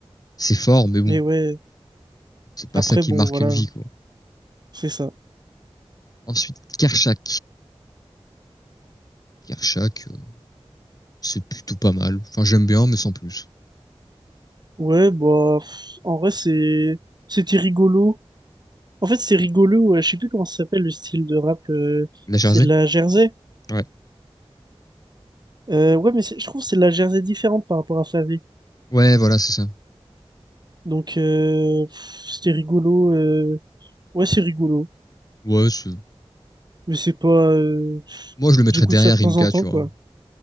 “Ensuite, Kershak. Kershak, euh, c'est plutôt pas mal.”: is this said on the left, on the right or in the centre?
Left